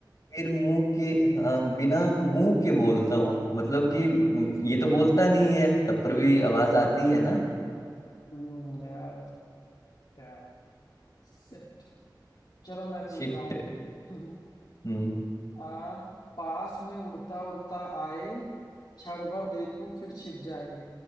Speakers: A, on the left (about 45°); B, on the left (about 65°).
A: फिर मुंह के हाँ बिना मुंह के बोलता हूँ मतलब
B: हम्म
A: कि म, ये तो बोलता नहीं है तब
B: हम्म
A: पर भी आवाज आती है ना
B: हम्म यार यार shit। चलो मैं पूछ
A: शिट
B: रहा हूँ
A: हम्म
B: <laughs> आ पास में उड़ता उड़ता आए क्षण भर देखूं फिर छिप जाए